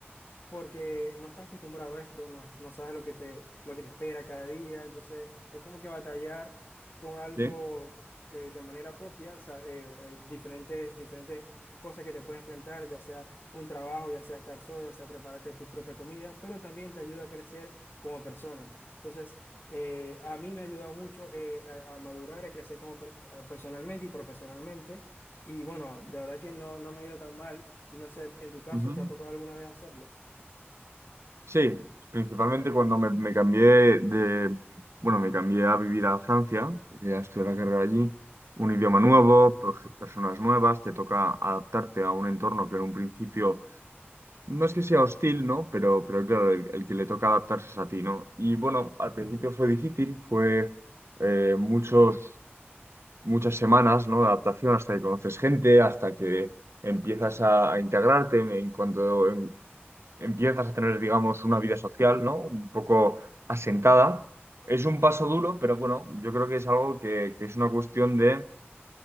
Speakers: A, on the left; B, on the right.
A: porque no estás acostumbrado a esto, no, es- no sabes lo que te, lo que te espera cada día, entonces es como que batallar con algo
B: Sí,
A: eh, de manera propia, o sea, eh, eh, diferentes, diferentes cosas que te pueden enfrentar, ya sea un trabajo, ya sea estar solo, ya sea prepararte tu propia comida, pero también te ayuda a crecer como persona. Entonces, eh, a mí me ha ayudado mucho eh, a, a madurar, a crecer como per- personalmente y profesionalmente, y bueno, de verdad que no, no me ha ido tan mal, y no sé, en tu caso,
B: ujú.
A: ¿te ha tocado alguna vez hacerlo?
B: Sí, principalmente cuando me, me cambié de, bueno, me cambié a vivir a Francia, eh, a estudiar la carrera allí, un idioma nuevo, per- personas nuevas, te toca adaptarte a un entorno que en un principio no es que sea hostil, ¿no? Pero, pero claro, el, el que le toca adaptarse es a ti, ¿no? Y bueno, al principio fue difícil, fue eh, muchos, muchas semanas, ¿no? De adaptación hasta que conoces gente, hasta que empiezas a, a integrarte en, en cuanto, empiezas a tener, digamos, una vida social, ¿no? Un poco asentada. Es un paso duro, pero bueno, yo creo que es algo que, que es una cuestión de